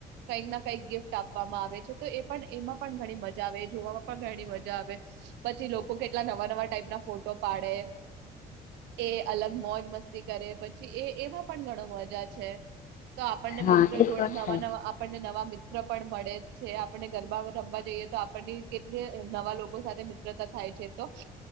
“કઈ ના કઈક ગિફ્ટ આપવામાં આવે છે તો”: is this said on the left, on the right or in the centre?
Right